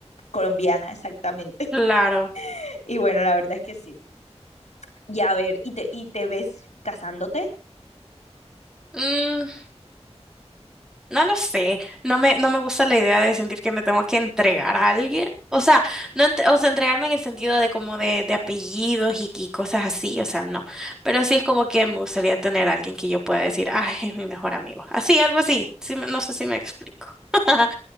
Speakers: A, on the left (about 85°); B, in the centre.
A: colombiana, exactamente.
B: claro.
A: <laughs> Y bueno, la verdad es que sí. Y a ver, ¿y te, y te ves casándote?
B: Mm, No lo sé, no me, no me gusta la idea de sentir que me tengo que entregar a alguien. O sea, no ent- o sea, entregarme en el sentido de como de, de apellidos y, y cosas así, o sea, no. Pero sí es como que me gustaría tener a alguien que yo pueda decir, ay, es mi mejor amigo. Así, algo así. Sí me- no sé si me explico. <laughs>